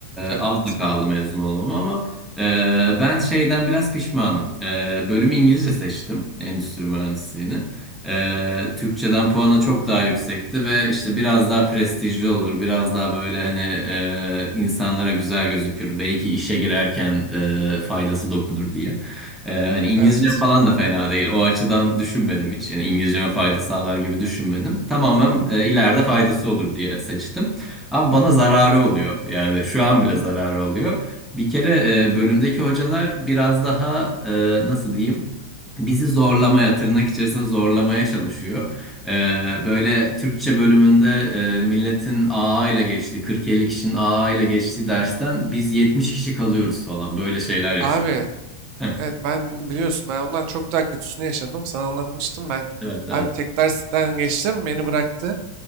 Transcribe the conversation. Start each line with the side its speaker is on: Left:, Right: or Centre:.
Right: Evet.
Centre: az da kaldı mezun olmama ama e, ben şeyden biraz pişmanım. E, bölümü İngilizce seçtim. Endüstri mühendisliğini. Ee, Türkçeden puanı çok daha yüksekti ve işte biraz daha prestijli olur. Biraz daha böyle hani e, insanlara güzel gözükür. Belki işe girerken e, faydası dokunur diye. Ee, hani İngilizcem
Right: Evet.
Centre: falan da fena değil. O açıdan düşünmedim hiç. Yani İngilizceme fayda sağlar gibi düşünmedim. Tamamen e, ileride faydası olur diye seçtim. Ama bana zararı oluyor. Yani şu an bile zararı oluyor. Bir kere e, bölümdeki hocalar biraz daha e, nasıl diyeyim? bizi zorlamaya, tırnak içerisinde zorlamaya çalışıyor. Ee, böyle Türkçe bölümünde e, milletin AA ile geçtiği, 40-50 kişinin AA ile geçtiği dersten biz 70 kişi kalıyoruz falan. Böyle şeyler yaşıyoruz.
Right: Abi.
Centre: Heh,
Right: Evet ben biliyorsun ben ondan çok daha kötüsünü yaşadım. Sana anlatmıştım ben.
Centre: Evet, evet.
Right: Abi tek dersten geçtim beni bıraktı.